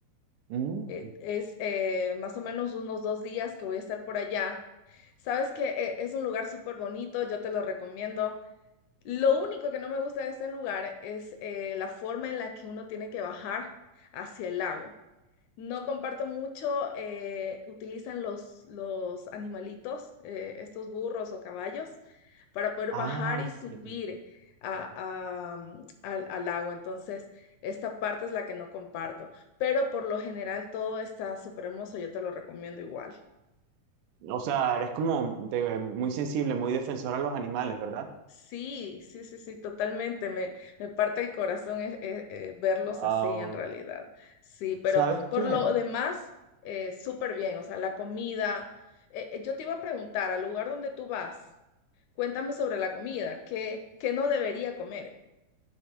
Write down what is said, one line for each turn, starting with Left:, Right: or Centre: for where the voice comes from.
Right: Mm,
Left: Eh, es eh, más o menos unos dos días que voy a estar por allá. Sabes que eh, es un lugar súper bonito, yo te lo recomiendo. Lo único que no me gusta de este lugar es eh, la forma en la que uno tiene que bajar hacia el lago. No comparto mucho, eh, utilizan los, los animalitos, eh, estos burros o caballos, para poder
Right: Ah,
Left: bajar y subir
Right: fíjate.
Left: a- a, mm, al, al agua. Entonces, esta parte es la que no comparto, pero por lo general todo está súper hermoso, yo te lo recomiendo igual.
Right: O sea, eres como de- muy sensible, muy defensor a los animales, ¿verdad?
Left: Sí, sí, sí, sí, totalmente. Me, me parte el corazón es- es- eh, verlos
Right: Ah,
Left: así en realidad. Sí, pero
Right: ¿sabes
Left: por
Right: qué?
Left: lo demás, eh, súper bien. O sea, la comida. Eh, eh, yo te iba a preguntar, al lugar donde tú vas, cuéntame sobre la comida. ¿Qué, qué no debería comer?